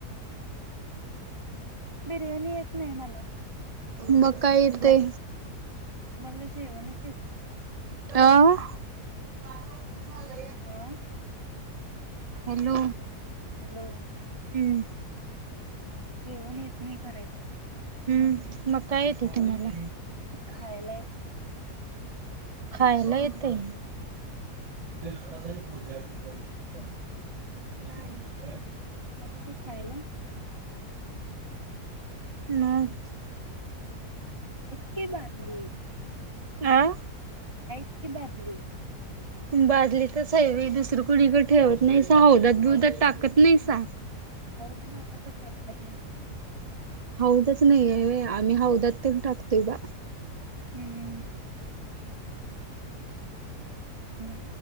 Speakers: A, on the right; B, on the right.
A: <inaudible> बिर्याणी येत नाही मला.
B: म काय येतय
A: मला जेवणच येत नाही कराय
B: अ!
A: आह!
B: हॅलो.
A: हॅलो.
B: हूं!
A: जेवण येत नाही करायला मला
B: हूं मग काय येते तुम्हाला.
A: खायला येत.
B: खायला येतय.
A: हूं!
B: <unintelligible>
A: तुम्हाला येत खायला?
B: मग
A: इतकी बादली
B: आह!
A: आहेत कि बादली.
B: बादली तच हाय व्हयं दुसरं कुणीकं ठेवत नाहीसा हौदात बिवदात टाकत नाहीसा
A: हौद नावाचा प्रकार नाही आहे.
B: हौदच नाही आहे, वय आम्ही हौदात तरी टाकतोय बा.
A: हम्म हूं!